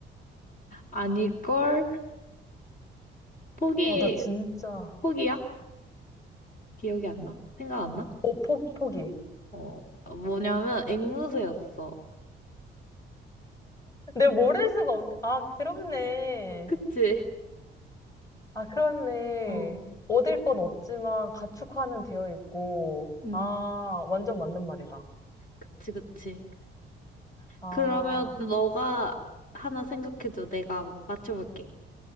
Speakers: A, on the left (about 40°); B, on the left (about 15°).
A: 아닐걸? 포기,
B: 어, 나 진짜.
A: 포기야? 기억이 안 나? 생각 안 나?
B: 어, 포, 포기.
A: 어, 뭐냐면 앵무새였어.
B: 내가 모를 수가 없네. 아, 그렇네.
A: 그치?
B: 아, 그렇네.
A: 어.
B: 얻을 건 없지만 가축화는 되어 있고.
A: 응,
B: 아, 완전 맞는 말이다.
A: 그치, 그치.
B: 아,
A: 그러면 너가 하나 생각해줘. 내가 맞춰볼게.